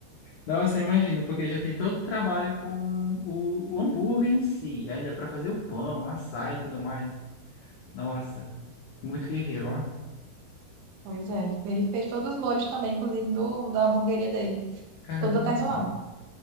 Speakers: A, on the left; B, on the right.
A: Nossa, imagina, porque já tem todo o trabalho com o, o hambúrguer em si, ainda para fazer o pão, assar e tudo mais. Nossa, muito guerreiro, ó.
B: Pois é, ele fez todos os molhos também, inclusive do, da hamburgueria dele,
A: Caramba,
B: todo artesanal.